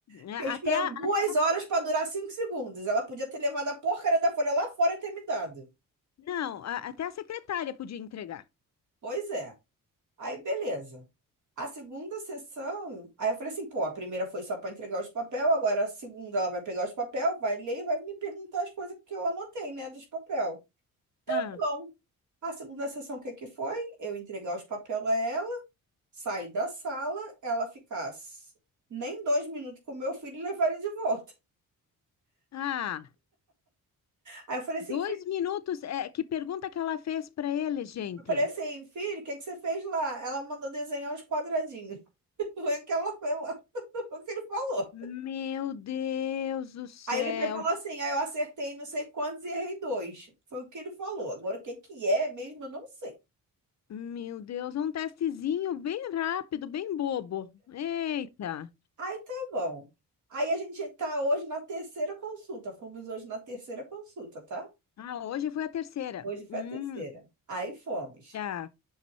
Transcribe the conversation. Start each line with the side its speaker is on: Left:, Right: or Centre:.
Left: É,
Right: Fiquei
Left: Até
Right: esperando
Left: a,
Right: duas
Left: até-
Right: horas para durar cinco segundos. Ela podia ter levado a porcaria da folha lá fora e ter me dado.
Left: não, a- até a secretária podia entregar.
Right: Pois é. Aí, beleza. A segunda sessão, aí eu falei assim, pô, a primeira foi só para entregar os papel, agora a segunda ela vai pegar os papel, vai ler e vai me perguntar as coisas que eu anotei, né, dos papel. Tá
Left: Ah,
Right: Bom, a segunda sessão, o que que foi? Eu entregar os papel a ela, sair da sala, ela ficasse nem dois minutos com o meu filho e levar ele de volta.
Left: ah,
Right: Aí eu falei assim,
Left: dois
Right: filho,
Left: minutos. É, que pergunta que ela fez para ele, gente?
Right: eu falei assim, filho, o que que você fez lá? Ela mandou desenhar uns quadradinhos. <laughs> Foi o que ela, foi lá, <laughs> o que ele falou.
Left: Meu Deus do céu,
Right: Aí ele foi e falou assim, aí eu acertei não sei quantos e errei dois. Foi o que ele falou. Agora o que que é mesmo, eu não sei.
Left: meu Deus, é um testezinho bem rápido, bem bobo. Eita!
Right: Aí tá bom. Aí a gente tá hoje na terceira consulta. Fomos hoje na terceira consulta, tá?
Left: Ah, hoje foi a terceira.
Right: Hoje foi
Left: Hum,
Right: a terceira. Aí fomos.
Left: tá.